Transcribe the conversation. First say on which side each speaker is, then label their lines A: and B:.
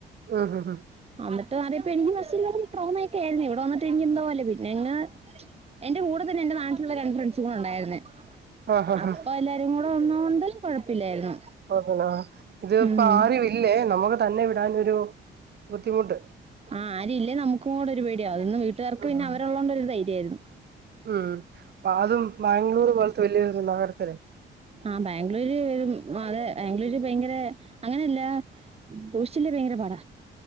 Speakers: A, on the right; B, on the right.
A: ഉം ഉം ഉം
B: അമ്പിട്ടും <unintelligible> എനിക്ക് ട്രോമയൊക്ക ആയിരുന്നു ഇവിടെന്നട്ട് എനിക്ക് എന്തോലേ പിന്നെ ഇങ്ങ് എന്റെ കൂടെ തന്നെ എന്റെ നാട്ടിലുള്ള രണ്ട് ഫ്രണ്ട്സ്സ് കൂടെ ഉണ്ടായിരുന്നെ
A: ആഹ് ആഹ്
B: അപ്പൊ എല്ലാരും കൂടെ വന്നു കൊണ്ട് കൊഴപ്പില്ലായിരുന്നു
A: <unintelligible> ഇതിപ്പോ
B: ഉം
A: ആരു ഇല്ലേ നമുക്ക് തന്നെ വിടനൊരു ബുദ്ധിമുട്ട്
B: ആഹ് ആരും ഇല്ലെ നമുക്കും കൂടെ ഒര് പേടിയാ അതൊന്നും വീട്ട്കാർക്ക്
A: ഉം
B: പിന്നെ അവര് ഉള്ളോണ്ട് ഒര് ധൈര്യ ആയിരുന്നു.
A: ഉം അപ്പൊ അതും ബാംഗ്ലൂർ പോൽത്തെ വല്യ നഗരത്തില്
B: ആഹ് ബാംഗ്ലൂര് ഉം അതെ ബാംഗ്ലൂര് ഭയങ്കര അങ്ങനെയല്ല സൂക്ഷിച്ചില്ലെ ഭയങ്കര പാട